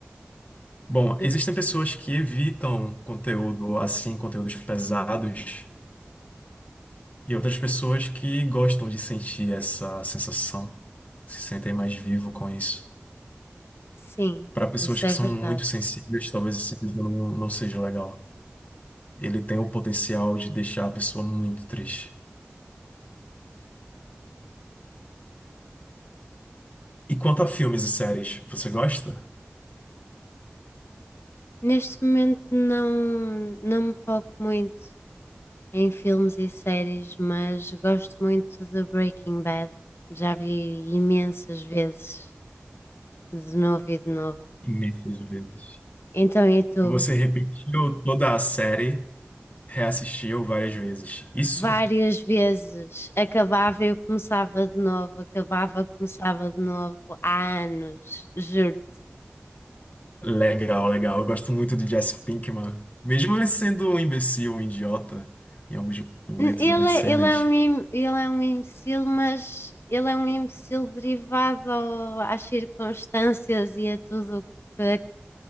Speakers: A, on the left; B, on the left.
A: Bom,
B: E-
A: existem pessoas que evitam conteúdo assim, conteúdos pesados, e outras pessoas que gostam de sentir essa sensação, se sentem mais vivo com isso.
B: Sim,
A: Para pessoas
B: isso
A: que
B: é
A: são
B: verdade.
A: muito sensíveis, talvez esse vídeo não, não seja legal. Ele tem o potencial de deixar a pessoa muito triste. E quanto a filmes e séries, você gosta?
B: Neste momento não, não me foco muito em filmes e séries, mas gosto muito de Breaking Bad. Já vi imensas vezes, de novo e de novo.
A: Imensas vezes.
B: Então, e tu?
A: Você repetiu toda a série, reassistiu várias vezes. Isso?
B: várias vezes. Acabava e eu começava de novo, acabava, começava de novo, há anos, juro.
A: Legal, legal. Eu gosto muito de Jesse Pinkman. Mesmo ele sendo um imbecil, um idiota, em alguns momentos,
B: Ele
A: algumas
B: é,
A: cenas.
B: ele é um, im- ele é um imbecil, mas ele é um imbecil derivado ao- às circunstâncias e a tudo o que ac-